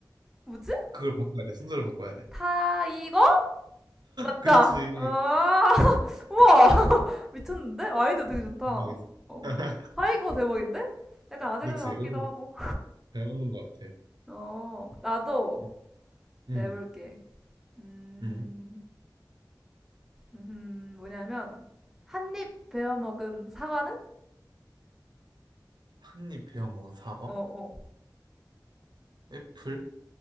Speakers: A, in the centre; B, on the right (about 70°).
A: 뭐지?
B: 그걸 바꿔야 돼. 순서를 바꿔야 돼.
A: 타이거? 맞다.
B: 그치.
A: 아, 우와. 미쳤는데? 아이디어 되게 좋다.
B: 그거겠지.
A: 어.
B: <laughs>
A: 하이거 대박인데? 약간 아재가
B: 그치.
A: 같기도
B: 오,
A: 하고.
B: 잘 맞는 것 같아.
A: 어, 나도
B: 응, 응.
A: 내볼게. 음,
B: 응.
A: 음, 뭐냐면, 한입 베어 먹은 사과는?
B: 한입 베어 먹은 사과?
A: 어, 어.
B: 애플?